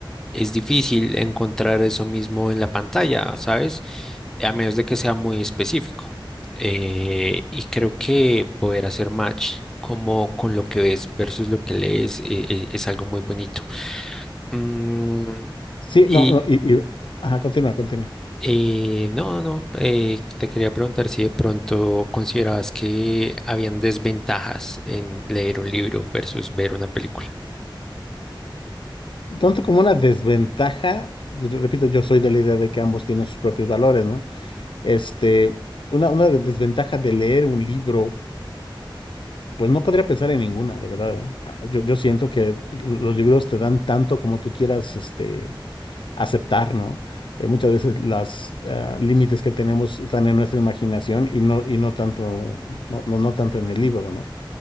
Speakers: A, in the centre; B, on the left.
A: es difícil encontrar eso mismo en la pantalla, ¿sabes? A menos de que sea muy específico. Eh, y creo que poder hacer match como con lo que ves versus lo que lees eh, eh, es algo muy bonito. Mm,
B: Sí,
A: y
B: no, no, y, y- ajá, continúa, continúa.
A: eh, no, no, no, eh, te quería preguntar si de pronto considerabas que habían desventajas en leer un libro versus ver una película.
B: Tanto como una desventaja, pues, re- repito, yo soy de la idea de que ambos tienen sus propios valores, ¿no? Este, una, una de- desventaja de leer un libro Pues no podría pensar en ninguna, de verdad, ¿eh? Ah, Yo, yo siento que los libros te dan tanto como tú quieras, este, aceptar, ¿no? Eh, muchas veces los límites que tenemos están en nuestra imaginación y no, y no tanto, no, no, no tanto en el libro, ¿no?